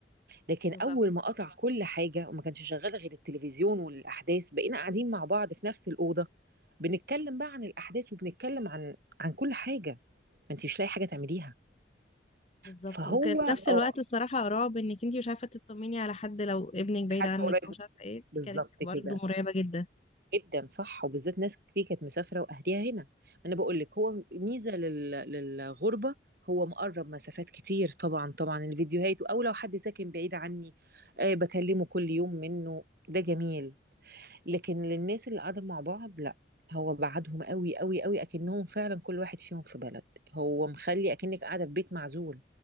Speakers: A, on the right; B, on the left.
A: لكن
B: بالظبط
A: اول ما قطع كل حاجة وما كانش شغال غير التلفزيون والاحداث بقينا قاعدين مع بعض في نفس الأوضة بنتكلم بقى عن الاحداث وبنتكلم عن عن كل حاجة ما انتي مش لاقي حاجة تعمليها
B: بالظبط
A: فهو
B: وكان في
A: أيوة.
B: نفس
A: اه
B: الوقت الصراحة رعب انك انتي مش عارفة تطمني على حد لو ابنك بعيد
A: حد
B: عنك
A: قريب منك
B: او مش عارفة ايه
A: بالظبط
B: دي كانت برضه
A: كده
B: مرعبة جدا
A: جدا صح وبالذات ناس كتير كانت مسافره واهليها هنا ما انا بقول لك هو ميزه لل... للغربه هو مقرب مسافات كتير طبعا طبعا الفيديوهات او لو حد ساكن بعيد عني آه بكلمه كل يوم منه ده جميل لكن للناس اللي قاعده مع بعض لا هو بعدهم قوي قوي قوي اكنهم فعلا كل واحد فيهم في بلد هو مخلي اكنك قاعده في بيت معزول